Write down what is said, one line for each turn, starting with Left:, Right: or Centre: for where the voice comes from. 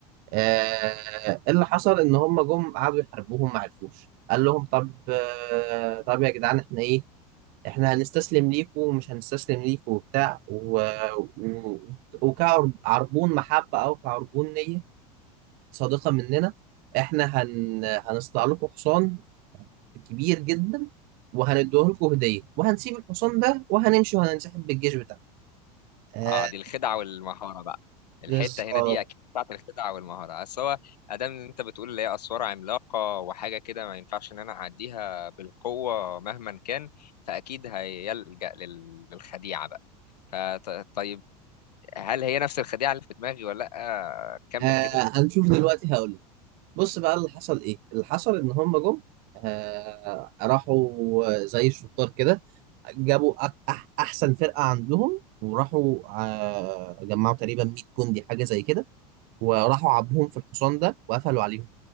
Right: آه، اللي حصل ان هم جم قعدوا يحاربوهم ما عرفوش قال لهم طب آه، طب يا جدعان احنا ايه احنا هنستسلم ليكوا ومش هنستسلم ليكوا وبتاع و... و... وكعربون محبة او كعربون نية صادقة مننا احنا هن... هنصنع لكم حصان كبير جدا وهنديه لكم هدية وهنسيب الحصان ده وهنمشي وهننسحب بالجيش بتاعنا آه
Left: اه دي الخدعه والمهاره بقى الحته
Right: بس
Left: هنا
Right: اه
Left: دي اكيد بتاعت الخدعه والمهاره بس هو ادام إن انت بتقول اللي هي اسوار عملاقه وحاجه كده ما ينفعش ان انا اعديها بالقوه مهما كان فاكيد هيلجأ لل- للخديعه بقى فطيب هل هي نفس الخديعه اللي في دماغي ولا لا كمل
Right: آه
Left: كده
Right: هنشوف دلوقتي هقول بص بقى اللي حصل ايه اللي حصل ان هم جم آه راحوا زي الشطار كده جابوا أك أح احسن فرقة عندهم وراحوا آه جمعوا تقريبا 100 جندي حاجة زي كده وراحوا عبوهم في الحصان ده وقفلوا عليهم